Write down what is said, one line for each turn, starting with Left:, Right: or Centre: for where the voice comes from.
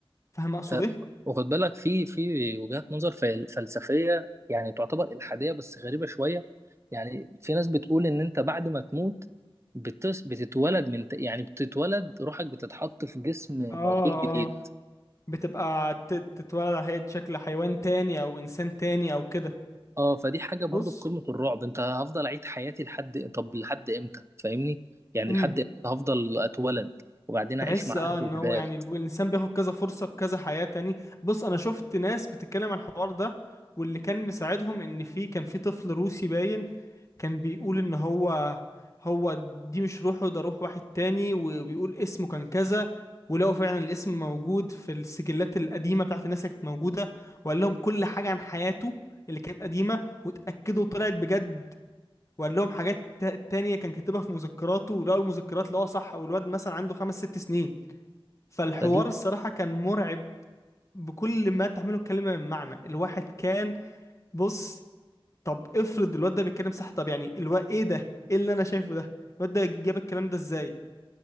Left: فاهم اقصد
Right: ت-
Left: ايه
Right: واخد بالك في في وجهات نظر فل- فلسفيه يعني تعتبر الحاديه بس غريبه شويه يعني في ناس بتقول ان انت بعد ما تموت بتس بتتولد من ت- يعني بتتولد روحك بتتحط في جسم
Left: اه
Right: مولود جديد
Left: اه بتبقى ت- تتولد على هيئة شكل حيوان تاني او انسان تاني او كده
Right: اه فدي حاجه برضو
Left: بص
Right: في قمه الرعب انت هفضل اعيد حياتي لحد طب لحد امتى فاهمني يعني
Left: امم
Right: لحد امتى هفضل اتولد وبعدين اعيش
Left: تحس
Right: مع
Left: اه
Right: اهله
Left: ان
Right: جداد
Left: هو يعني ال- الانسان بياخد كذا فرصة في كذا حياة تاني بص انا شفت ناس بتتكلم عن الحوار ده واللي كان مساعدهم ان في كان في طفل روسي باين كان بيقول ان هو هو دي مش روحه ده روح واحد تاني وبيقول اسمه كان كذا ولقوا فعلا الاسم موجود في السجلات القديمة بتاعت الناس اللي كانت موجودة وقال لهم كل حاجة عن حياته اللي كانت قديمة واتأكدوا طلعت بجد وقال لهم حاجات تا- تانية كان كاتبها في مذكراته ولقوا المذكرات اللي هو صح والواد مثلا عنده خمس ست سنين فالحوار
Right: فدي
Left: الصراحة كان مرعب بكل ما تحمله الكلمة من معنى الواحد كان بص طب افرض الواد ده بيتكلم صح طب يعني الو ايه ده ايه اللي انا شايفه ده الواد ده جاب الكلام ده ازاي